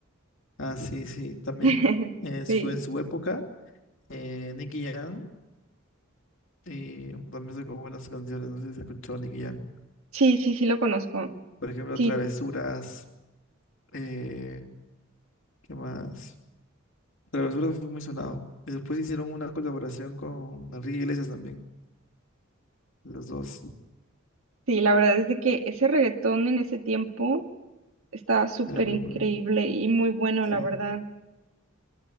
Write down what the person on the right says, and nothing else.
<laughs>
Sí,
sí, sí, sí lo conozco.
Sí,
sí, la verdad es de que ese reggaetón en ese tiempo estaba súper
increíble
y muy bueno, la
verdad.